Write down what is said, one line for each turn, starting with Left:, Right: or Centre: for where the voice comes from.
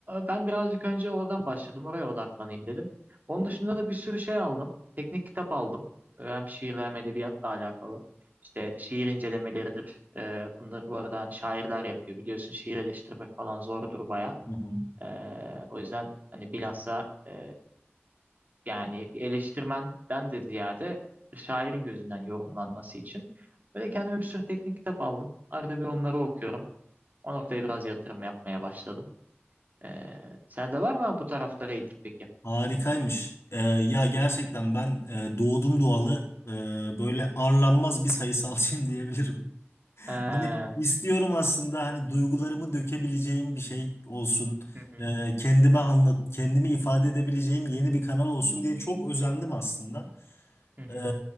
Right: ben birazcık önce oradan başladım. Oraya odaklanayım dedim. Onun dışında da bir sürü şey aldım. Teknik kitap aldım. E, Hem şiirle hem edebiyatla alakalı. İşte şiir incelemeleridir. E, bunları bu arada hani şairler yapıyor. Biliyorsun şiir eleştirmek falan zordur baya.
Left: Hı hı.
Right: E, o yüzden hani bilhassa e, yani bir eleştirmenden de ziyade bir şairin gözünden yorumlanması için. Böyle kendime bir sürü teknik kitap aldım. Arada bir onları okuyorum. O noktaya biraz yatırım yapmaya başladım. Ee, sende var mı bu taraflara ilgi peki?
Left: Harikaymış. Ee, ya gerçekten ben e, doğdum doğalı e, böyle arlanmaz bir sayısalcıyım <laughs> diyebilirim.
Right: Ee, hı
Left: Hani istiyorum aslında hani duygularımı dökebileceğim bir şey olsun.
Right: hı,
Left: Ee, kendime anlat, kendimi ifade edebileceğim yeni bir kanal olsun diye çok özendim aslında.
Right: hı hı.
Left: Ee,